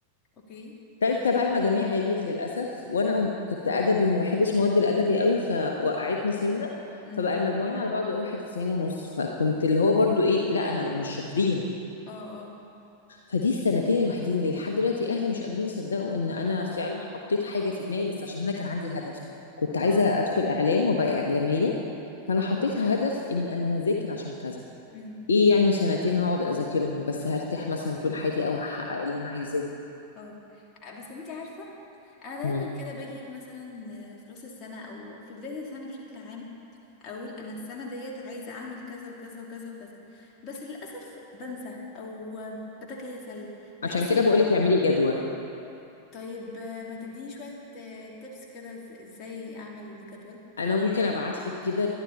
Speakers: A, on the left; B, on the left.
A: اوكي
B: تالتة بقى المجاميع عليت للأسف وأنا
A: امم
B: كنت أدبي وما بحبش مواد الأدبي قوي فوقعتني سنة
A: امم
B: فبقى المجموعين على بعض 91 ونص فكنت اللي هو برضو إيه لا أنا مش شاطرين
A: اه اه
B: فدي السنتين الوحيدين اللي لحد دلوقتي أهلي مش قادرين يصدقوا إن أنا فعلا حطيت حاجة في دماغي بس عشان أنا كان عندي هدف كنت عايزة
A: اه
B: أدخل إعلام وأبقى إعلامية فأنا حطيت هدف إن أنا هذاكر عشان كذا
A: امم
B: إيه يعني سنتين هقعد أذاكرهم بس هرتاح مثلا طول حياتي أو هحقق اللي أنا عايزاه
A: اه آه، بس انتي عارفة انا دايما
B: ف...
A: كده باجي مثلا في راس السنة او في بداية السنة بشكل عام اقول انا السنه ديت عايزه اعمل كذا وكذا وكذا وكذا بس للاسف بنسى او بتكاسل بحس
B: عشان كده بقولك اعملي جدول
A: طيب ما تديني شويه تيبس كده إز- ازاي اعمل جدول
B: انا ممكن ابعت لك كده